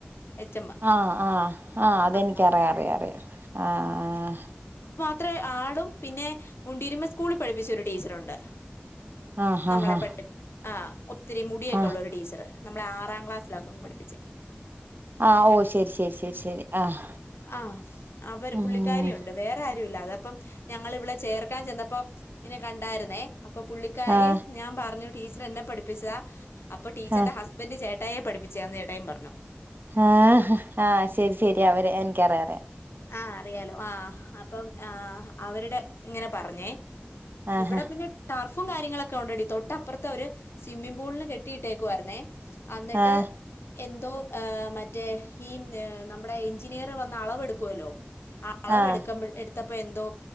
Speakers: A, on the left; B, on the right.
A: എച്ച് എം
B: ആ ആ ആ അതെനിക്കറിയാം
A: ആഹ്
B: അറിയാം അറിയാം ആ ആ
A: അത്ര ആളും പിന്നെ മുണ്ടിരുമ സ്കൂളിൽ പഠിപ്പിച്ച ഒരു ടീച്ചറുണ്ട്
B: ആ ഹാ
A: നമ്മളെ
B: ഹാ
A: പഠിപ്പ് ആ ഒത്തിരി മുടിയൊക്കെയുള്ള
B: ആഹ്
A: ഒരു ടീച്ചറ് നമ്മെ ആറാം ക്ലാസിലാ തോന്നുന്ന് പഠിപ്പിച്ചേ.
B: ആ ഓ ശരി ശരി ശരി ശരി ആഹ്
A: ആ. അവര്
B: ഉം
A: പുള്ളിക്കാരി ഉണ്ട്. വേറെ ആരും ഇല്ല. അതാപ്പം ഞങ്ങൾ ഇവളെ ചേർക്കാൻ ചെന്നപ്പം ഇങ്ന്നെ കണ്ടായിരുന്നേ. അപ്പൊ പുള്ളിക്കാരി
B: ആഹ്
A: ഞാൻ പറഞ്ഞ് ടീച്ചർ എന്നെ പഠിപ്പിച്ചതാ അപ്പൊ ടീച്ചറിന്റെ
B: ആഹ്
A: ഹസ്ബൻഡ് ചേ ട്ടായേ പഠിപ്പിച്ചതാന്ന് ചേട്ടായിം പറഞ്ഞു.
B: ഹാ ഹ ഹാ ശരി ശരി അവര്. എനിക്കറിയ
A: ആഹ് അറിയാലോ ആഹ് അപ്പം ആഹ് അവര്ടെ ഇങ്ങനെ പറഞ്ഞേ
B: ആഹ്
A: ഇവിടെ പിന്നെ ടർ ഫും കാര്യങ്ങളൊക്കെ ഉണ്ടെടീ തൊട്ടപ്പറത്തെ ഒരു സ്വിമ്മിംഗ് പൂളിന് കെട്ടിയിട്ടേക്കുവാര്ന്നേ അന്നിട്ട്
B: ആഹ്
A: എന്തോ മറ്റേ ഈ നമ്മടെ ഇഞ്ചിനീയർ വന്ന് അളവെടുക് കോലോ അളവ്
B: ആഹ്
A: എടുക്കുമ്പോഴ് എടു അപ്പൊ എന്തോ